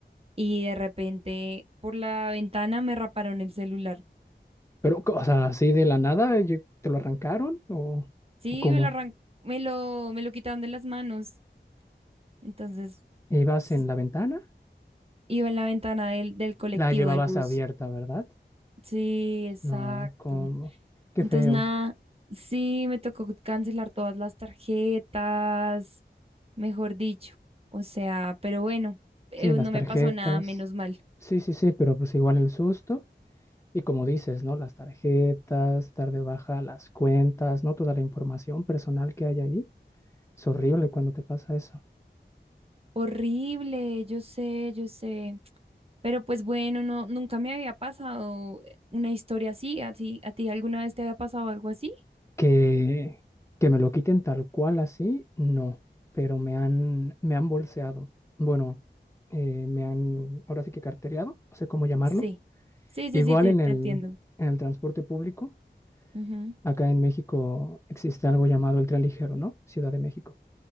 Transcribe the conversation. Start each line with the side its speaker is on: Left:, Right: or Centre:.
Right: y de repente por la ventana me raparon el celular.
Left: Pero, co- o sea, así de la nada, yo- ¿te lo arrancaron o,
Right: Sí,
Left: o cómo?
Right: me lo arran- me lo me lo quitaron de las manos. Entonces,
Left: ¿Ibas
Right: sí,
Left: en la ventana?
Right: iba en la ventana del del colectivo
Left: La llevabas
Right: del bus.
Left: abierta, ¿verdad?
Right: Sí, exacto.
Left: No, cómo, qué
Right: Entonces,
Left: feo.
Right: nada, sí, me tocó cancelar todas las tarjetas, mejor dicho. O sea, pero bueno, eh,
Left: Sí, las
Right: no
Left: tarjetas.
Right: me pasó nada, menos mal.
Left: Sí, sí, sí, pero pues igual el susto. Y como dices, ¿no? Las tarjetas, dar de baja las cuentas, ¿no? Toda la información personal que hay ahí. Es horrible cuando te pasa eso.
Right: Horrible, yo sé, yo sé. Pero pues bueno, no, nunca me había pasado una historia así. ¿A ti, a ti alguna vez te había pasado algo así?
Left: Que, que me lo quiten tal cual así, no, pero me han, me han bolseado. Bueno, eh, me han, ahora sí que cartereado, no sé cómo llamarlo.
Right: Sí. Sí, sí,
Left: Igual
Right: sí, te,
Left: en
Right: te
Left: el,
Right: entiendo.
Left: en el transporte público,
Right: Ujú.
Left: acá en México existe algo llamado el tren ligero, ¿no? Ciudad de México.